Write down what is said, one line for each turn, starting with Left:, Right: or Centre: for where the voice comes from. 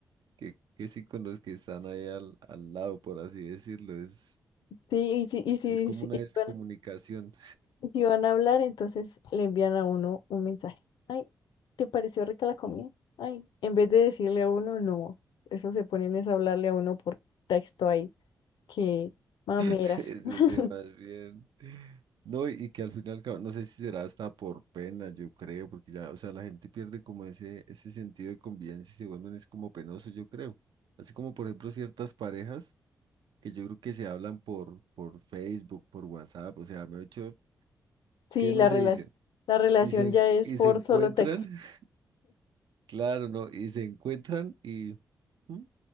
Right: que, que sí con los que están ahí al, al lado, por así decirlo. Es,
Left: Sí, y si, y si,
Right: es como
Left: si-
Right: una
Left: y
Right: descomunicación.
Left: van, y si van a hablar, entonces le envían a uno un mensaje. Ay, ¿te pareció rica la comida? Ay, en vez de decirle a uno, no. Eso se ponen es a hablarle a uno por texto ahí. que
Right: <laughs>
Left: mameras.
Right: Ese
Left: <laughs>
Right: tema es bien. No, y que al final, cabo, no sé si será hasta por pena, yo creo, porque ya, o sea, la gente pierde como ese, ese sentido de convivencia y se vuelven es como penoso, yo creo. Así como, por ejemplo, ciertas parejas que yo creo que se hablan por, por Facebook, por WhatsApp, o sea, me he hecho, es
Left: Sí,
Right: que no
Left: la
Right: se
Left: rela-
Right: dicen.
Left: la relación
Right: Y se, en-
Left: ya es
Right: y
Left: por
Right: se encuentran,
Left: solo texto.
Right: <laughs> claro, ¿no? Y se encuentran y... ¿Mm?